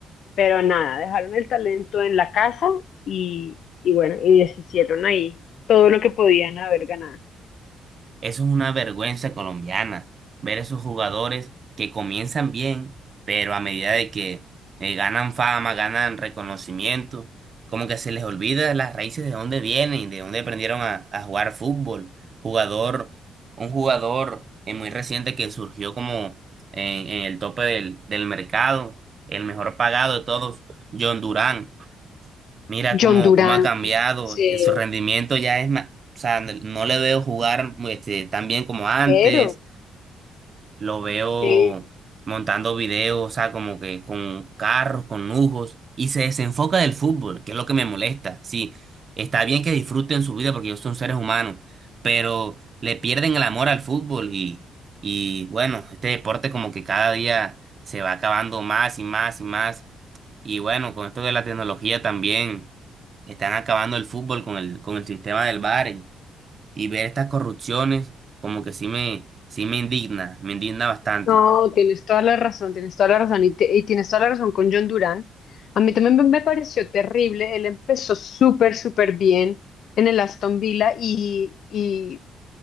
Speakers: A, on the left; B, on the right.
A: pero nada, dejaron el talento en la casa y, y bueno, y deshicieron ahí todo lo que podían haber ganado.
B: Eso es una vergüenza colombiana, ver esos jugadores que comienzan bien, pero a medida de que eh, ganan fama, ganan reconocimiento, como que se les olvida las raíces de dónde vienen, de dónde aprendieron a, a jugar fútbol. Jugador, un jugador eh, muy reciente que surgió como en, en el tope del, del mercado, el mejor pagado de todos, John Durán. Mira cómo,
A: John Durán,
B: cómo ha cambiado,
A: sí,
B: y su rendimiento ya es más, o sea, n- no le veo jugar este, tan bien como antes,
A: pero,
B: lo veo
A: sí,
B: montando videos, o sea, como que con carros, con lujos, y se desenfoca del fútbol, que es lo que me molesta. Sí, está bien que disfruten su vida porque ellos son seres humanos, pero le pierden el amor al fútbol y, y bueno, este deporte como que cada día se va acabando más y más y más. Y bueno, con esto de la tecnología también están acabando el fútbol con el, con el sistema del VAR y, y ver estas corrupciones como que sí me, sí me indigna, me indigna bastante.
A: No, tienes toda la razón, tienes toda la razón y, te- y tienes toda la razón con John Durant. A mí también me me pareció terrible, él empezó súper, súper bien en el Aston Villa y, y